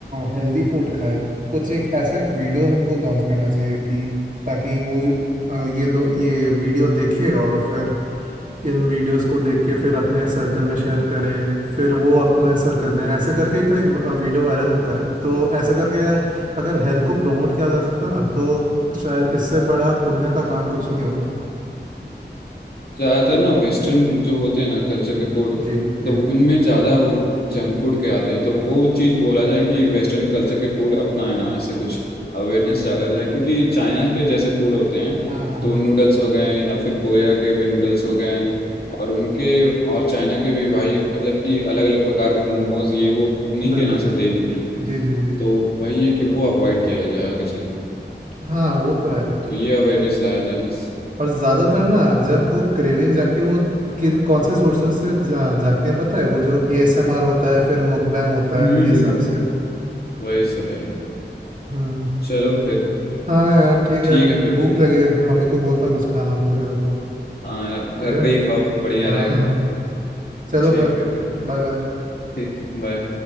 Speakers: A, on the right; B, on the left.
A: हेल्दी फूड खाए कुछ एक ऐसा एक वीडियो हमको लॉन्च करना चाहिए कि ताकि वो अ, ये लो ये वीडियो देखे और फिर इन वीडियोस को देख के फिर अपने सर्कल में शेयर करे फिर वो अपने सर्कल
B: हम्म।
A: में ऐसे करके ही तो एक व- वीडियो वायरल होता है तो ऐसे करके अगर हेल्थ को प्रमोट किया जा सकता है ना तो शायद इससे बड़ा पुण्य का काम कुछ नहीं होगा
B: ज्यादातर ना वेस्टर्न जो होते हैं ना कल्चर के फूड
A: जी जी
B: तो उनमें ज्यादा वो जंक फूड के आते हैं तो वो चीज बोला जाए कि वेस्टर्न कल्चर के फूड अपनाए ना ऐसा कुछ अवेयरनेस जागा जाए क्योंकि चाइना के जैसे फूड होते हैं
A: हाँ हाँ
B: तो
A: हाँ
B: नूडल्स हो गए या फिर कोरिया के भी नूडल्स हो गए और उनके और चाइना के भी भाई मतलब कि अलग अलग प्रकार के मोमोज ये वो उन्हीं
A: बिल्कुल
B: के ना सब देने हैं
A: जी जी जी
B: तो वही है कि वो अवॉइड किया जाए आगे चल के
A: हाँ वो तो है
B: तो ये अवेयरनेस लाया जाए बस
A: और ज़्यादातर ना जब वो क्रेविंग जागती है वो किन कौन से सोर्सेस से जा, जागती है पता है वो जो एएसएमआर होता है फिर मुकबैंग होता
B: हम्म
A: है ये
B: हम्म
A: सब से
B: वही सब है
A: हम्म
B: चलो फिर
A: हाँ यार ठीक
B: ठीक
A: है
B: है फिर
A: भूख लगी है मम्मी को बोलता हूँ कुछ खाना को देने को
B: हाँ यार घर
A: ठीक है
B: पे ही खाओ बढ़िया
A: हाँ
B: रहेगा
A: हाँ, हाँ। चलो
B: ठीक
A: फिर
B: है फिर
A: Bye bye
B: ठीक बाय